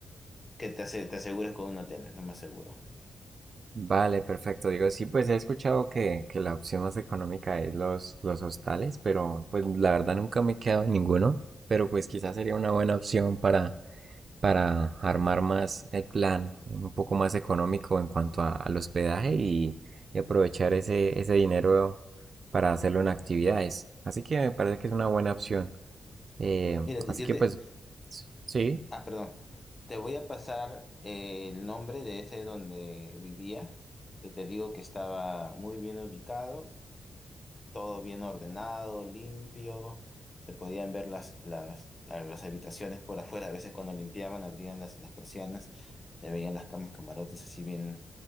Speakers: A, on the left; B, on the right.
A: que te, ase- te asegures con un hotel, es lo más seguro.
B: Vale, perfecto. Digo, sí, pues he escuchado que, que la opción más económica es los, los hostales, pero pues la verdad nunca me he quedado en ninguno, pero pues quizás sería una buena opción para para armar más el plan, un poco más económico en cuanto a- al hospedaje y, y aprovechar ese, ese dinero para hacerlo en actividades. Así que me parece que es una buena opción. Eh,
A: Mírate,
B: así
A: yo
B: que
A: te...
B: pues sí,
A: Ah, perdón. Te voy a pasar eh, el nombre de ese donde vivía, que te digo que estaba muy bien ubicado todo bien ordenado, limpio. Se podían ver las, las, la- las habitaciones por afuera. A veces cuando limpiaban, abrían las, las persianas, se veían las camas, camarotes así bien,